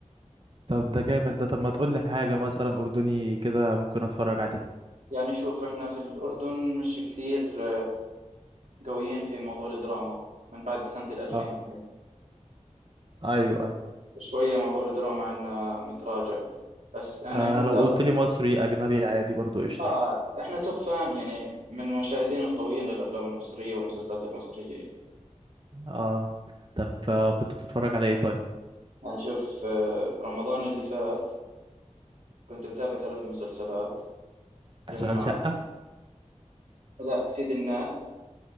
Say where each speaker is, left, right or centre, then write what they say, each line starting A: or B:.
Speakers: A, on the right (about 40°); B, on the right (about 80°).
A: طب ده جامد ده طب ما تقول لي حاجه مثلا اردني كده ممكن اتفرج عليه
B: يعني شوف إحنا في الأردن مش كثير آه، قويين في موضوع الدراما من بعد سنة الألفين
A: اه
B: وهيك
A: ايوه ايوه
B: فشوية موضوع الدراما عنا متراجع بس يعني
A: آه
B: إحنا بتعرف
A: لو قلت لي مصري اجنبي عادي برضو قشطه
B: آه إحنا توب فان يعني من المشاهدين القويين للأفلام المصرية والمسلسلات المصرية يعني
A: اه طب آه، كنت بتتفرج على ايه طيب
B: يعني شوف آه، برمضان اللي فات كنت متابع ثلاث مسلسلات اللي
A: اشغال
B: هم
A: شقه
B: لا سيد الناس